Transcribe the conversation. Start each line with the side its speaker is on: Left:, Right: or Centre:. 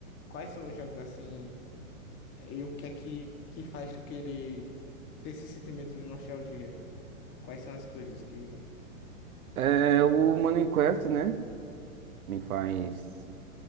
Left: quais são os jogos assim? E o que é que, que faz tu querer ter esse sentimento de nostalgia? Quais são as coisas que
Right: É, o Minecraft, né? Me faz.